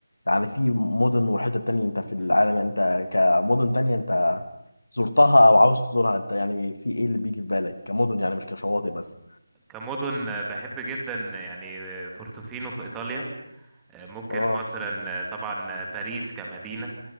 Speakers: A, on the left; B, in the centre.
A: يعني في مدن وحتت تانية انت في العالم
B: مم.
A: انت كمدن تانية انت زرتها او عاوز تزورها انت يعني في ايه اللي بيجي في بالك كمدن يعني مش كشواطئ بس
B: كمدن آه، بحب جدا آه، يعني آه، بورتوفينو في إيطاليا آه، ممكن
A: اه
B: مثلا آه، طبعا آه، باريس كمدينة